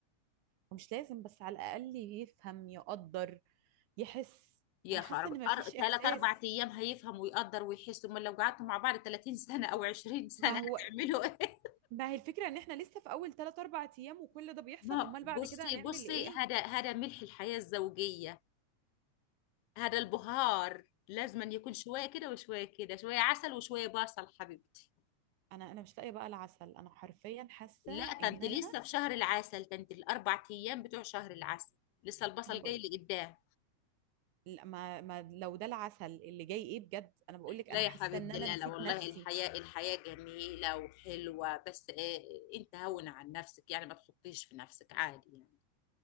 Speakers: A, on the right; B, on the left.
A: ومش لازم بس على الاقل يفهم يقدر يحس
B: يا
A: انا
B: خراب
A: حاسه ان مفيش
B: أر... تلات
A: احساس
B: أربع أيام هيفهم ويقدر ويحس أمال لو قعدتوا مع بعض 30 سنة أو 20 سنة
A: ما
B: هتعملوا
A: هو
B: إيه؟
A: ما هي الفكرة ان احنا لسه في اول 3 4 ايام وكل
B: <laughs>
A: ده بيحصل
B: ما
A: امال
B: بصي
A: بعد كده هنعمل
B: بصي
A: ايه
B: هذا هذا ملح الحياة الزوجية هذا البهار لازم أن يكون شوية كده وشوية كده شوية عسل وشوية بصل حبيبتي
A: انا انا مش لاقية بقى العسل انا حرفيا حاسة
B: لا
A: ان
B: تنت
A: انا
B: لسه في شهر العسل تنت الأربع أيام بتوع شهر العسل لسه البصل
A: انا بقول
B: جاي لقدام
A: لا ما, ما لو ده العسل اللي جاي ايه بجد انا بقول لك
B: لا
A: انا حاسة
B: يا حبيبتي
A: ان انا
B: لا
A: نسيت
B: لا والله
A: نفسي
B: الحياة الحياة جميلة وحلوة بس إيه أنت هون عن نفسك يعني ما تحطيش في نفسك عادي يعني